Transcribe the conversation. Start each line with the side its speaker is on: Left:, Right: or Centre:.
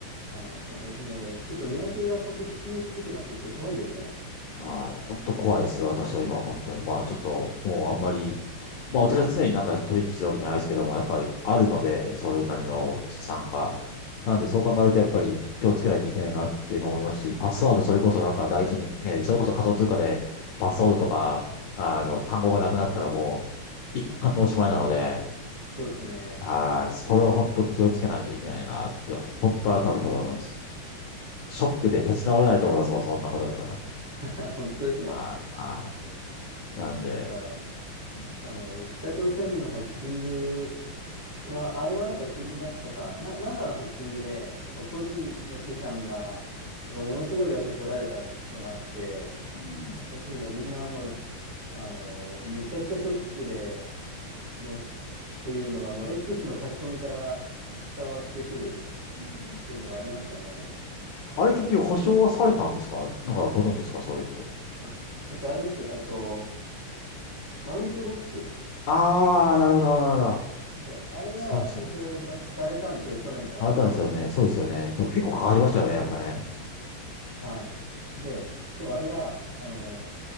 Right: はい。なんかもう、ちょっと見分けが本当つきにくくなってきて怖いですね。
Left: はい。本当怖いですよ。私は今、本当に。まあ、ちょっと、もうあんまり、まあ、私は常になんか取引してるわけじゃないですけども、やっぱりあるので、それなりの資産が。
Right: はい。
Left: なんで、
Right: はい。
Left: そう考えると、やっぱり気をつけないといけないなっていうのを思いますし、パスワード、それこそなんか大事に、ね、それこそ仮想通貨で、パスワードとか、
Right: はい。
Left: あの、単語がなくなったらもう、一貫のおしまいなので、
Right: はい。そうですよね。
Left: はい。それを本当気をつけないといけないなって、本当改めて思います。ショックで立ち直れないと思いますもん、
Right: ね。
Left: そんなことだったら。
Right: <laughs> 本当ですね。
Left: はい。はい。なんで、
Right: なんか、
Left: うん。
Right: あの、北朝鮮のハッキングは、あれはなんか国だったか、な、なんかのハッキングで、やっぱ個人の資産が、やっぱものすごい額取られたのがあって、
Left: うん。
Right: その時もうみんなもう、あのめちゃくちゃショックで、もうす、っていうのがもう X の書き込みから伝わってくる
Left: うん
Right: っていうのがありましたね。
Left: あれ結局保証はされたんですかなんかご存知ですかそう言って。
Right: まあ、えっと、あれです。あと、マウントボックス。
Left: ああ、なるほど、なるほど、なるほど。
Right: で、あれは保証がされたんですよ。
Left: そうですよね。
Right: 去年かなんかに。
Left: されたんですよね。そうですよね。でも結構かかりましたよね、やっぱね。
Right: はい。で、しかもあれが、あの